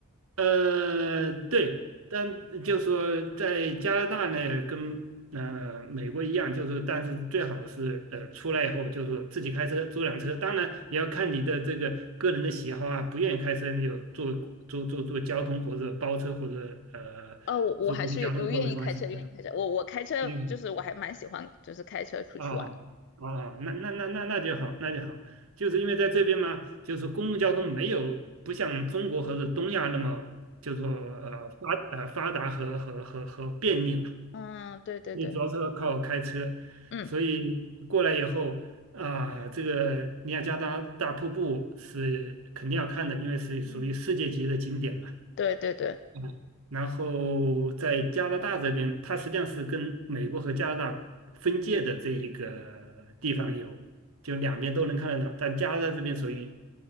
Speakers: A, on the right (about 80°); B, on the left (about 55°).
A: 呃，对，但就是说在加拿大呢，跟呃美国一样，就是但是最好是呃出来以后就是自己开车租辆车，当然也要看你的这个个人的喜好啊，不愿意开车你就坐坐坐坐交通或者包车或者呃坐公共交通都没关系。
B: 哦，我我还是我愿意开车，愿意开车。我我开车就是我还蛮喜欢，
A: 嗯
B: 就是开车出去玩。
A: 哦哦哦，那那那那那就好，那就好，就是因为在这边嘛，就是公共交通没有不像中国和是东亚那么就说呃发呃发达和和和和便利吧，
B: 嗯，对对对，
A: 你主要是靠开车，
B: 嗯，
A: 所以过来以后啊、这个尼亚加拉大瀑布是肯定要看的，因为是属于世界级的景点嘛。
B: 嗯，对对对，
A: 嗯然后在加拿大这边，它实际上是跟美国和加拿大分界的这一个地方有，就两边都能看得到。但加拿大这边属于